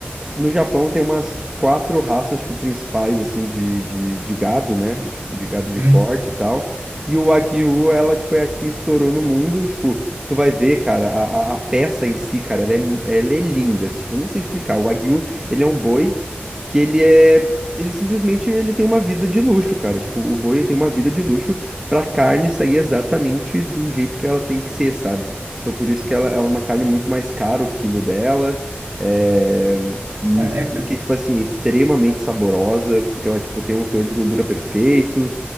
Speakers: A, on the right (about 15°); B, on the right (about 55°).
A: No Japão tem umas quatro raças, tipo, principais, assim, de, de, de gado, né? De, de gado de
B: Hum.
A: corte e tal. E o Wagyu, ela, tipo, é a que estourou no mundo. Tipo, tu vai ver, cara, a, a, a peça em si, cara, ela é, mu- ela é linda. Tipo, eu não sei explicar. O Wagyu, ele é um boi que ele é... Ele simplesmente ele tem uma vida de luxo, cara. Tipo, o boi tem uma vida de luxo pra carne sair exatamente do jeito que ela tem que ser, sabe? Então, por isso que ela é uma carne muito mais cara, o quilo dela. É, e
B: Ah,
A: dizem
B: é,
A: que, tipo assim, é extremamente saborosa, porque ela, tipo, tem um teor de gordura perfeito.